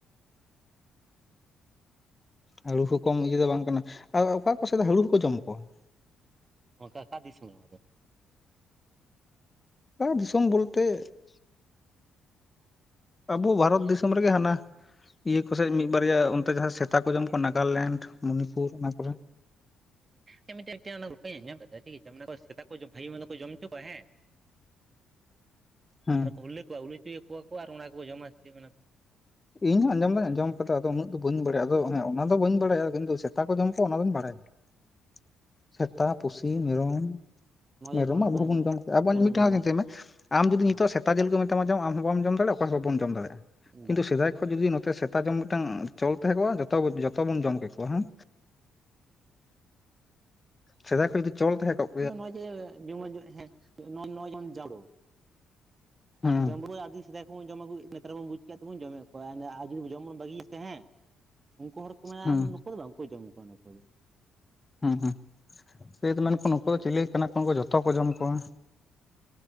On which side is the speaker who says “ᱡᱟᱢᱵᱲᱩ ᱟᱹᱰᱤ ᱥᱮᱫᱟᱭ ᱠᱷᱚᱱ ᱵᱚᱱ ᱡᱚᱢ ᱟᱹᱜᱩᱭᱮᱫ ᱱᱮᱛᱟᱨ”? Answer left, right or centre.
Right